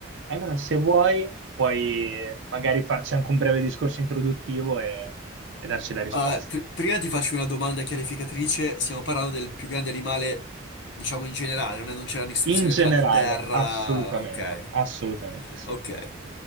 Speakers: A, on the right (about 70°); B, on the left (about 60°).
A: E Allora, se vuoi, puoi magari farci anche un breve discorso introduttivo e, e darci la risposta.
B: Ah, pr- prima ti faccio una domanda chiarificatrice. Stiamo parlando del più grande animale, diciamo in generale, non è- non c'è una distinzione
A: In generale,
B: tra di terra.
A: assolutamente,
B: Ok,
A: assolutamente sì.
B: ok.